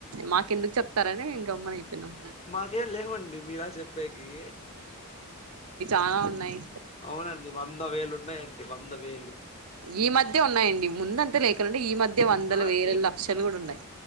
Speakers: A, on the right (about 85°); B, on the left (about 30°).
A: మాకెందుకు చెప్తారని మేం గమ్మున అయిపోయినం.
B: మాకేం లేవండి, మీలా చెప్పేకి
A: ఆ ఉన్నయి
B: అవునండి వంద వేలు ఉన్నయండి, వంద వేలు
A: ఈ మధ్యే ఉన్నాయండి, ముందంతే లేకనుండే ఈ మధ్యే వందల,
B: ఆ
A: వేల,
B: ఈ
A: లక్షలు గుడ ఉన్నయ్.